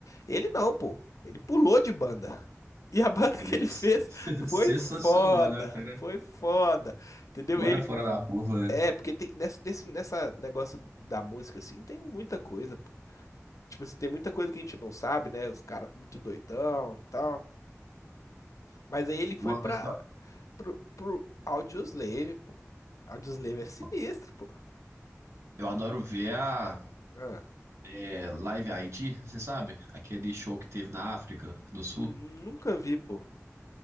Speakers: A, on the left; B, on the right.
A: Ele não, pô. Ele pulou de banda. E a banda que
B: Ele
A: ele
B: é um s-
A: fez
B: <laughs>
A: foi
B: sensacional,
A: foda.
B: né, cara?
A: Foi foda. Entendeu?
B: Agora
A: Ele.
B: fora da curva,
A: É,
B: né?
A: porque tem nessa, desse, nessa negócio da música, assim, tem muita coisa, pô. Tipo assim, tem muita coisa que a gente não sabe, né? Os caras muito doidão e tal. Mas aí ele foi
B: Uma
A: pra.
B: coisa que
A: pro, pro Audioslave, pô. Audioslave é sinistro,
B: eu,
A: pô.
B: eu adoro ver a
A: Ah.
B: é, Live Aid, você sabe? Aquele show que teve na África do Sul.
A: N- Nunca vi, pô.